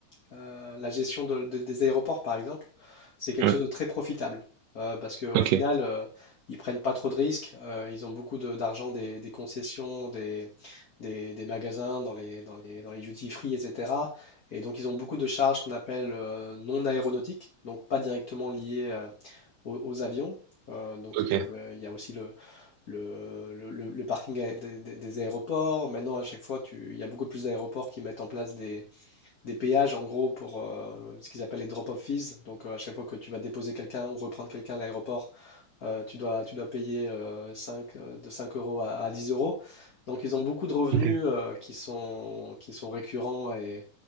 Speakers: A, on the left; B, on the right.
A: euh, la gestion de- de- des aéroports, par exemple. C'est quelque
B: Ouais.
A: chose de très profitable euh, parce qu'au
B: Ok,
A: final, euh, ils prennent pas trop de risques. euh, ils ont beaucoup de- d'argent des, des concessions, des, des- des magasins, dans les, dans les, dans les duty-free, etc. Et donc, ils ont beaucoup de charges qu'on appelle euh, non aéronautiques, donc pas directement liées euh, aux, aux avions. Euh, donc,
B: ok,
A: ils peuvent, euh, il y a aussi le, le- le- le parking a- des, des- des aéroports. Maintenant, à chaque fois, tu- il y a beaucoup plus d'aéroports qui mettent en place des, des péages, en gros, pour euh, ce qu'ils appellent les drop-off fees. Donc, euh, à chaque fois que tu vas déposer quelqu'un ou reprendre quelqu'un à l'aéroport, euh, tu dois, tu dois payer euh, 5, euh, de 5 euros à, à 10 euros. Donc, ils ont beaucoup de revenus
B: ok.
A: euh, qui sont, qui sont récurrents et,